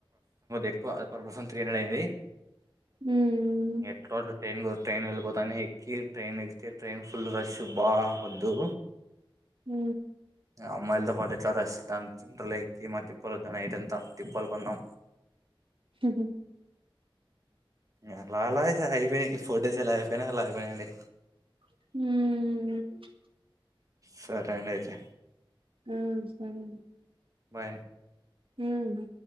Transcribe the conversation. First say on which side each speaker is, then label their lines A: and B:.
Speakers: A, on the right (about 40°); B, on the right (about 75°).
A: ఎక్కువ పర్సన్ త్రీ హండ్రెడ్ అయింది
B: హ్మ్. హ్మ్.
A: ఎట్లా ట్రైన్ ట్రైన్ వెళ్ళిపోతానే కి ట్రైన్ ఎగితే ట్రైన్ ఫుల్ రష్ బా వద్దు
B: హ
A: అమ్మాయిలతో పాట ఎట్లా ర జలే క మా తిప్పల్ద్దా నైట్ంతా టిిప్పలు పడిం
B: హ
A: ఆ మలాాల స ఇ ఫోటోస్ ఎలా అయిపోయినా అలా అపోయియండి
B: హ
A: సరే అండి అయితే
B: ఆ సరే
A: బయనే
B: హ